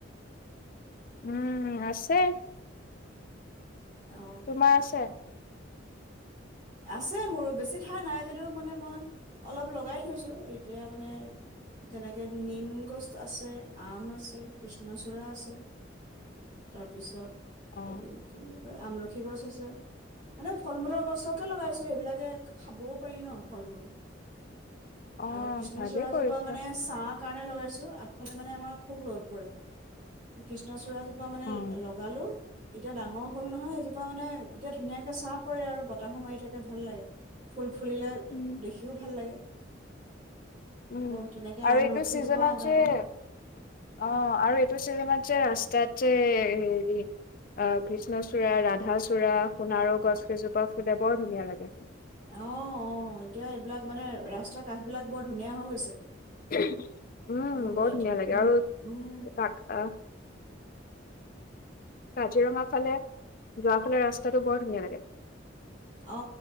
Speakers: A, on the left; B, on the right.
A: উম আছে।
B: অ
A: তোমাৰ আছে?
B: আছে মোৰো বেছি ঠাই নাই যদিও মানে মই অলপ লগাই থৈছো এতিয়া মানে যেনেকে নিম গছ আছে, আম আছে কৃষ্ণচূড়া আছে তাৰপিছত সৰি
A: অ',
B: আমলখি গছ আছে। মানে ফল মূলৰ গছ <inaudible> কে লগাইছো সেইবিলাকে খাবও পাৰি ন ফল মূল।
A: অ'
B: আৰু কৃষ্ণচূড়া
A: ভালেই কৰিছা।
B: জোপা মানে চাহ কাৰণে লগাইছো আগফালে মানে আমাৰ খুব ৰ'দ পৰে কৃষ্ণচূড় মানে
A: অ',
B: লগালো। এতিয়া ডাঙৰ হ'ল নহয় এজোপা মানে এতিয়া ধুনীয়াকে চাহ পৰে আৰু বতাহু মাৰি থাকে ভাল লাগে ফুল ফুলিলে
A: উম,
B: দেখিও ভাল লাগে আকৌ
A: উম
B: তেনেকে
A: আৰু
B: আমলখিজোপা
A: এইটো চিজনত
B: ডাঙৰ
A: যে অ
B: অ
A: আৰু এইটো ছিজনত যে ৰাস্তাত হেৰি অ কৃষ্ণচূড়া ৰাধা চূড়া সোণাৰো গছ কেইজোপা ফুলে বৰ ধুনীয়া লাগে ফ
B: অ অ এতিয়া এইবিলাক মানে ৰাস্তাৰ কাষ বিলাক বৰ ধুনীয়া হৈ গৈছে
A: উম,
B: বহু
A: বৰ
B: এটা
A: ধুনীয়া লাগে
B: উম
A: আৰু
B: উম
A: তাক আহ কাজিৰঙা ফালে যোৱা ফালে ৰাস্তাটো বৰ ধুনীয়া লাগে।
B: অ',